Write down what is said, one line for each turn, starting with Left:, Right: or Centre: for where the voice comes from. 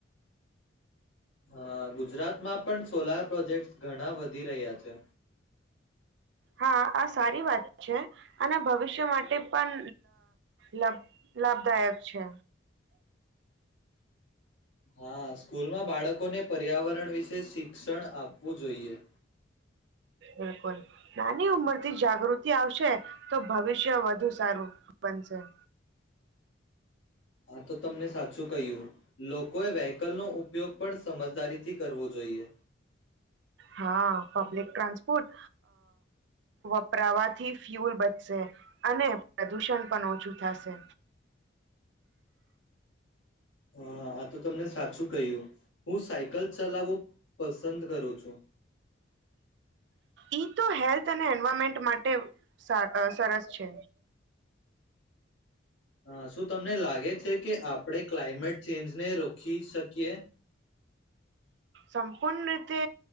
Left: હા ગુજરાતમાં પણ સોલાર પ્રોજેક્ટ ઘણા વધી રહ્યા છે
Right: હા આ સારી વાત છે અને ભવિષ્ય માટે પણ લ લાભદાયક છે
Left: હા સ્કૂલમાં બાળકોને પર્યાવરણ વિશે શિક્ષણ આપવું જોઈએ
Right: બિલકુલ નાની ઉંમર થી જાગૃતિ આવશે તો ભવિષ્ય વધુ સારું બનશે
Left: હા તો તમને સાચું કહ્યું લોકોએ વ્હકલ ન ઉપ ઉપયોગ પણ સમજદારી થી કરવો જોઈએ
Right: હા પબ્લિક ટ્રાન્સપોર્ટ અ વપરાવાથી ફ્યુલ બચશે અને પ્રદૂષણ પણ ઓછું થશે
Left: હા આ તો તમને સાચું કહ્યું હું સાયકલ ચલાવવું પસંદ કરું છું
Right: ઈ તો હેલ્થ અને એન્વારમેન્ટ માટે સરસ છે
Left: હા શું તમને લાગે લે છે કે આપણે ક્લાયમેટ ચેન્જને રોકી શકીએ કે
Right: સંપૂર્ણ રીતે